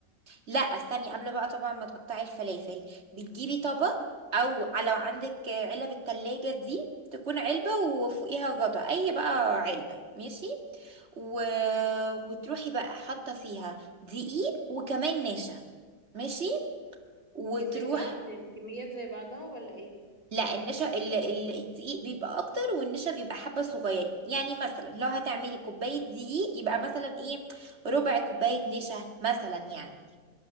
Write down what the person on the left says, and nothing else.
إيه زي بعض الكميات زي بعضها ولا إيه؟